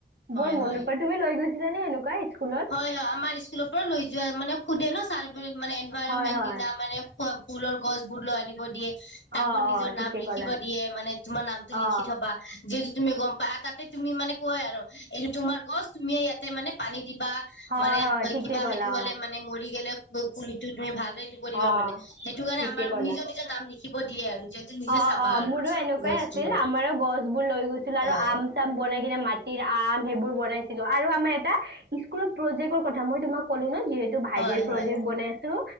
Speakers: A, on the left; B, on the right.
A: হয়
B: বৰ মনত
A: হয়
B: পাই। তুমি লৈ গৈছিলা নে এনেকুৱা ইস্কুলত?
A: হয়। আমাৰ স্কুলৰ পৰা লৈ যোৱা মানে সোধে ন', ছাৰ মানে এনভাইৰনমেন্ট
B: হয় হয়
A: দিনা মানে ফ, ফুলৰ গছবোৰ লৈ আনিব দিয়ে।
B: অ
A: তাপোৰ নিজৰ
B: অ ঠিকে
A: নাম লিখিব
B: ক'লা
A: দিয়ে, মানে তোমাৰ নামটো
B: অ
A: লিখি থ'বা। যিহেতু তুমি গম পা। তাতে তুমি মানে কয় আৰু এইটো তোমাৰ গছ, তুমিয়ে ইয়াতে মানে পানী দিবা।
B: হয়
A: মানে
B: হয় ঠিকে
A: কিবা
B: ক'লা
A: হেৰি হ'লে মানে মৰি গেলে পুলিটো তুমি ভালদৰে কৰিবা
B: অ অ
A: মানে, সেইটো কাৰণে
B: ঠিকে
A: আমাৰ
B: ক'লা
A: নিজৰ নিজৰ নাম লিখিব দিয়ে আৰু। নিজে
B: অ',
A: চাবা
B: অ'।
A: আৰু
B: মোৰো এনেকুৱাই
A: গছবোৰৰ
B: আছিল। আমাৰো গছবোৰ লৈ গৈছিল আৰু
A: হয়
B: আম টাব বনাই কিনে মাটিৰ আম সেইবোৰ বনাইছিলোঁ আৰু আমাৰ এটা ইস্কুলৰ প্ৰজেক্টৰ কথা মই তোমাক ক'লো ন', যিহেতু ভাইটিৰ
A: হয়
B: প্ৰজেক্ট
A: হয়
B: বনাই আছো।